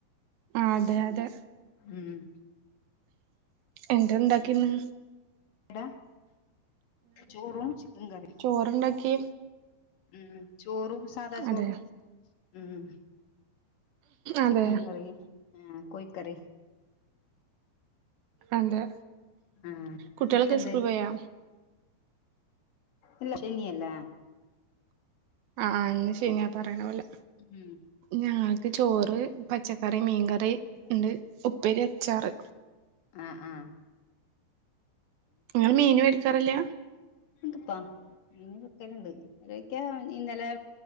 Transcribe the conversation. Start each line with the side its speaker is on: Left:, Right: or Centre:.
Right: ആ അതെ അതെ
Left: ഉം
Right: എന്താ ഇണ്ടാക്കിന്ന്
Left: ട ചോറും ചിക്കൻ കറിം
Right: പോറണ്ടാക്കി
Left: ഉം ചോറും സാധാ ചോറും
Right: അതെ
Left: ഉം
Right: അതെ
Left: ചിക്കൻ കറി ആ കോയ് കറി
Right: അതെ
Left: ആ
Right: കുട്ടികളൊക്കെ
Left: എനക്ക്ന്താ
Right: സ്കൂൾ പോയാ
Left: ഇല്ല ശങ്ങിയല്ല
Right: ആ എന്ന ശരി ഞാ പറയണ പോലെ
Left: ഉം
Right: ഞങ്ങൾക്ക് ചോറ് പച്ചക്ക കറി മീൻകറി ഉണ്ട് ഉപ്പേരി അച്ചാറ്
Left: ആ ആ
Right: നിങ്ങ മീൻ മേടിക്കാറില്ല
Left: എപ്പാ ഇനി വക്കലണ്ട് ഓ ക്കാ ഇന്നലെ